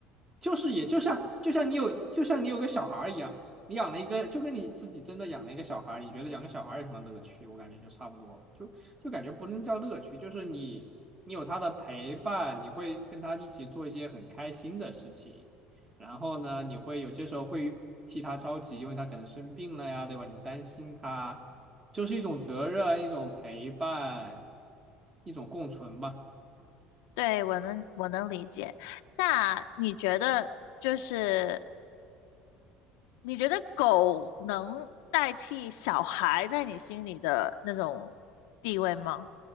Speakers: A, on the right; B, on the left.
A: 就是也就像就像你有就像你有个小孩儿一样，你养了一个就跟你自己真的养了一个小孩儿，你觉得养个小孩儿有什么乐趣？我感觉就差不多了，就就感觉不能叫乐趣，就是你你有他的陪伴，你会跟他一起做一些很开心的事情，然后呢，你会有些时候会替他着急，因为他可能生病了呀，对吧？你担心他，就是一种责任，一种陪伴，一种共存吧。
B: 对，我能我能理解。那你觉得就是你觉得狗能代替小孩在你心里的那种地位吗？